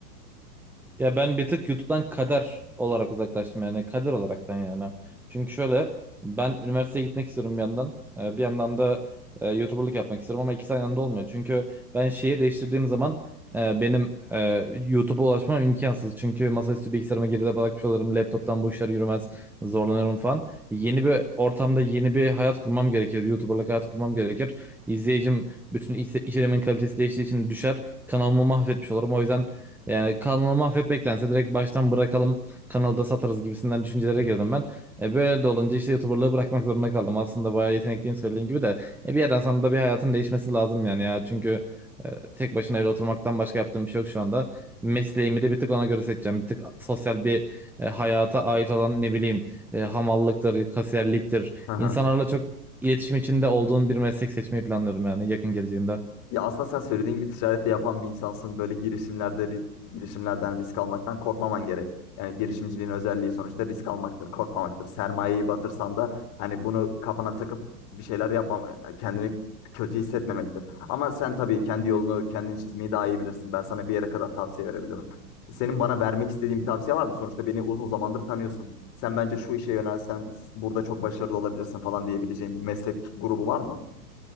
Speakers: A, in the centre; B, on the left.
A: Ya ben bir tık YouTube'dan kader olarak uzaklaştım yani kader olaraktan yani. Çünkü şöyle ben üniversiteye gitmek istiyorum bir yandan. Ee, Bir yandan da e, YouTuber'lık yapmak istiyorum ama ikisi aynı anda olmuyor. Çünkü ben şehir değiştirdiğim zaman e, benim e, YouTube'a ulaşmam imkansız. Çünkü masaüstü bilgisayarıma geride bırakmış olurum. Laptop'tan bu işler yürümez. Zorlanırım falan. Yeni bir ortamda yeni bir hayat kurmam gerekir. YouTuber'lık hayat kurmam gerekir. İzleyicim bütün iş, içeriğimin kalitesi değiştiği için düşer. Kanalımı mahvetmiş olurum. O yüzden yani kanalı mahvetmektense direkt baştan bırakalım kanalda satarız gibisinden düşüncelere girdim ben. E böyle de olunca işte YouTuber'lığı bırakmak zorunda kaldım. Aslında bayağı yetenekliyim söylediğin gibi de e bir yerden sonra da bir hayatın değişmesi lazım yani ya. Çünkü e, tek başına evde oturmaktan başka yaptığım bir şey yok şu anda. Mesleğimi de bir tık ona göre seçeceğim. Bir tık sosyal bir e, hayata ait olan ne bileyim e, hamallıktır, kasiyerliktir.
B: <laughs>
A: İnsanlarla çok iletişim içinde olduğun bir meslek seçmeyi planlıyorum yani yakın geleceğimde.
B: Ya aslında sen söylediğin gibi ticarette yapan bir insansın. Böyle girişimlerde ri- girişimlerden risk almaktan korkmaman gerek. Yani girişimciliğin özelliği sonuçta risk almaktır, korkmamaktır. Sermayeyi batırsan da hani bunu kafana takıp bir şeyler yapmam, e, kendini kötü hissetmemektir. Ama sen tabii kendi yolunu kendin çizmeyi daha iyi bilirsin. Ben sana bir yere kadar tavsiye verebilirim. Senin bana vermek istediğin bir tavsiye var mı? Sonuçta beni uzun zamandır tanıyorsun. Sen bence şu işe yönelsen burada çok başarılı olabilirsin falan diyebileceğin bir meslek grubu var mı?